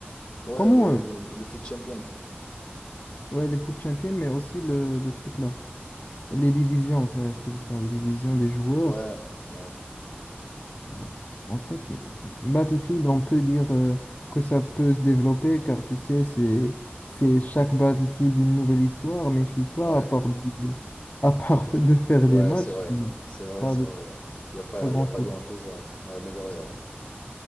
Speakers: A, on the left; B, on the left.
A: Ouais,
B: comment,
A: le,
B: euh,
A: le, le fut champion.
B: ouais, les foot champions, mais aussi le, le truc là, les divisions, c'est ouais, c'est ça, les divisions des joueurs.
A: Ouais, ouais,
B: Ouais. En fait, m- m- Battlefield, on peut dire euh, que ça peut se développer car tu sais, c'est c'est chaque Battlefield une nouvelle histoire, mais FIFA,
A: ouais,
B: à part de, à part <laughs> de faire
A: ouais,
B: des matchs,
A: c'est vrai.
B: Mm.
A: C'est vrai,
B: pas
A: c'est
B: de
A: vrai. Il n'y a, y a pas,
B: pas grand-chose.
A: y a pas grand-chose à, à améliorer, ouais.